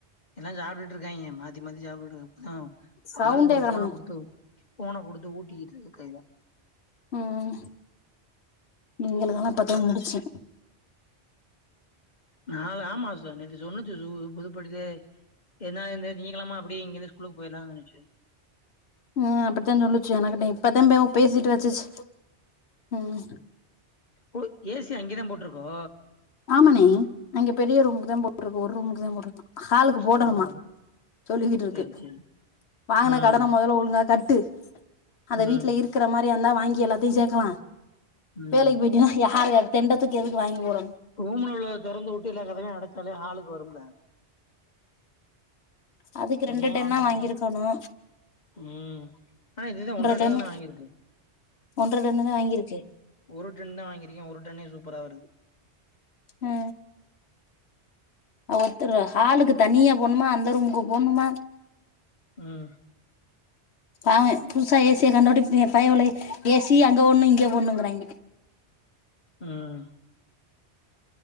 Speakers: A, on the left (about 40°); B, on the left (about 70°).
A: எல்லா சாப்ட்டுட்டு இருக்காங்க மாத்தி மத்தி சாப் ப்பதா
B: சவுண்டே
A: ஆளுக்கு ஒரு
B: காணுமே
A: ஃபோன கொடுத்து ஃபோனை கொடுத்து ஊட்டிக்கிட்டு இருக்கு கைதா
B: ம் எங்களுக்குல்லா பத்தியம் முடிச்சு
A: நாலு ஆமா ச நெத்து சென்னது சு புதுப்படுதே ஏனா இந்த திங்ககிழமை அப்டிய இங்கிருந்து ஸ்கூலுக்கு போய்ர்லான் நினச்ச
B: ம் அப்டித்தான் சொல்லுச்சு எனக்கிட்ட இப்பத்தம்ப பேசிட்டு வெச்சுச்சு ம்
A: ஒ ஏசி அங்கேதான் போட்டிருக்கோ
B: ஆமணே நா இங்க பெரிய ரூமுக்கு தான் போட்டிருக்கு ஒரு ரூமுக்கு தான் போட்டிருக்கு ஹாலுக்கு போடணுமா
A: ஓ அந்த
B: சொல்லிக்கிட்டு இருக்கு
A: சேரி சேரி
B: வாங்கின
A: ம்
B: கடன முதல்ல ஒழுங்கா கட்டு அந்த
A: ம்
B: வீட்டல இருக்கிற மாரி வந்தா வாங்கி எல்லாத்தையும் சேக்கலா
A: ம்
B: வேலைக்கு போயிட்டுன்னா யாரு தெண்டத்துக்கு எதுக்கு வாங்கி போடனும்
A: ரூம்ல உள்ள தொரந்து வுட்டு எல்ல‌ கதவை அடைச்சாலே ஹாலுக்கு வரும்ல
B: அதுக்கு
A: தனியா
B: ரெண்டு டென்
A: வாங்கனு
B: அ வாங்கிருக்கணு
A: அவசியம் ம் ஆனா இதுதான் ஒன்றட
B: டன்னு
A: டன் தா வாங்கியிருக்கு
B: ஒன்ற டன் தான் வாங்கிருக்கு
A: ஒரு டன்ன தான் வாங்கிருக்கேன் ஒரு டன்னே சூப்பரா வருது
B: ஹெ அவ ஒருத்தர் ஹாலுக்கு தனியா போட்ணுமா அந்த ரூமுக்கு போட்ணுமா
A: ம்
B: பாவ புதுசா ஏசியா கண்டுட்டி பயபுல்லயே ஏசி அங்க ஒண்ணு இங்கே போடண்ணுங்கிறாங்க
A: ம்